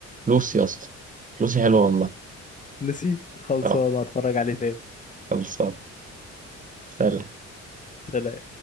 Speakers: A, on the right; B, on the left.
A: لوسي يا اسطى لوسي حلوة والله
B: نسيت خلصان
A: اه
B: هتفرج عليه تاني
A: خلصان سلام
B: سلام